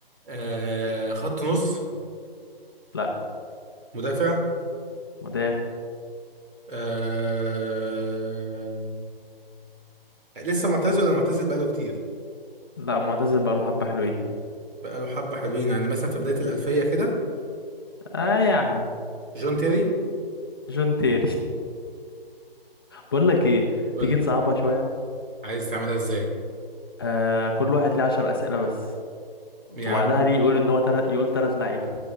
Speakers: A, on the right; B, on the left.
A: آه خط نص
B: لا
A: مدافع
B: مدافع
A: آه لسه معتزل ولا معتزل بقاله كتير
B: لا معتزل بقاله حبة حلوين
A: بقاله حبة حلوين يعني مثلا في بداية الألفية كده
B: اه يعني
A: جون تيري
B: جون تيري بقول لك ايه
A: قول
B: تيجي
A: لي،
B: نصعبها شويه
A: عايز تعملها ازاي
B: آه كل واحد ليه عشر اسئله بس
A: يا
B: وبعدها
A: عم
B: ليه يقول ان هو تلت يقول تلات لعيبه